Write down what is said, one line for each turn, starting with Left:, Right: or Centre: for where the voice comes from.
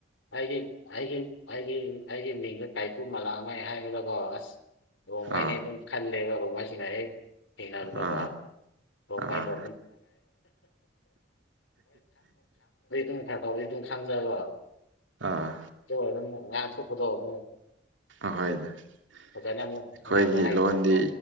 Left: ꯑꯩꯒꯤ ꯑꯩꯒꯤ ꯑꯩꯒꯤ ꯑꯩꯒꯤ ꯃꯤꯡꯗ ꯇꯥꯏꯄꯨ ꯃꯂꯥꯡꯉꯥꯏ ꯍꯥꯏꯒꯀꯣ ꯑꯁ ꯔꯣꯡꯃꯥꯏꯅ
Right: ꯑꯥ
Left: ꯑꯗꯨꯝ ꯈꯜꯂꯦꯕ ꯔꯣꯡꯃꯥꯏꯁꯤꯡꯅ ꯍꯦꯛ ꯊꯦꯡꯅꯕꯀꯣ
Right: ꯑꯥ
Left: <unintelligible> ꯃꯣꯔꯦꯗ
Right: ꯑꯥ
Left: ꯉꯁꯥꯏ ꯐꯥꯎꯕꯗꯤ ꯑꯗꯨꯝ <unintelligible>
Right: ꯑꯥ
Left: ꯑꯗꯨ ꯑꯣꯏꯔꯒꯅ ꯑꯃꯨꯛ ꯉꯥꯡꯊꯣꯛꯄꯗꯣ ꯑꯃꯨꯛ
Right: ꯑꯍꯣꯏꯗ ꯑꯩꯈꯣꯏꯒꯤ
Left: ꯐꯖꯅ ꯑꯃꯨꯛ ꯉꯥꯡꯕ ꯍꯩꯇꯕꯀꯣ
Right: ꯂꯣꯟꯗꯤ